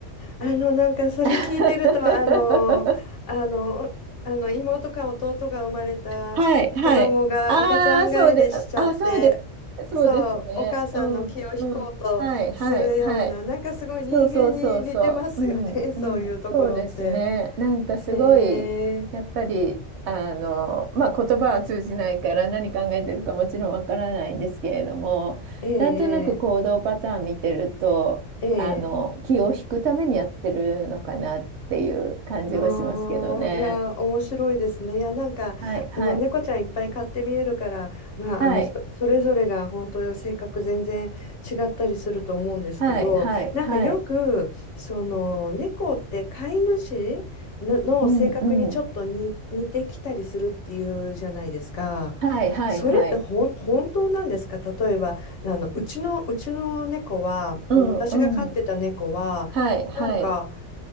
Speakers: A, on the left; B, on the right.
A: あの、なんかそれ聞いてると、
B: <laughs>
A: あの、あの、あの妹か弟が生まれた子供が赤ちゃん返りしちゃって、
B: はい、はい。ああ、そうで、あ、そうですね。そうですね。
A: そう、お母さんの気を引こうとするような、
B: うん、うん。はい、はい、はい。
A: なんかすごい人間に似てますよね、
B: そうそうそうそう。うん。
A: <laughs> そういうところって。
B: うん。そうですね。なんかすごい、
A: へえ、
B: やっぱり、あの、まあ、言葉は通じないから何考えてるかもちろんわからないんですけれども、
A: ええ、
B: なんとなく行動パターン見てると、
A: ええ。
B: あの、
A: ええ
B: 気を引くためにやってるのかなっていう感じはしますけどね。
A: ああ、いやー、面白いですね。いや、なんか、
B: はい、はい、
A: あの、猫ちゃんいっぱい飼って見えるから、まあ、
B: はい、
A: あの、そ、それぞれが本当性格全然違ったりすると思うんですけど、
B: はい、はい、
A: なんかよく、
B: はい、
A: その、猫って飼い主の、の性格にちょっとに似てきたりするっていうじゃないですか。
B: うん、うん、はい、はい、
A: それってほん、
B: はい、
A: 本当なんですか例えば、あの、うちの、うちの猫は、
B: うん、
A: あの、私が飼ってた猫は、
B: うん、はい、はい、
A: なんか、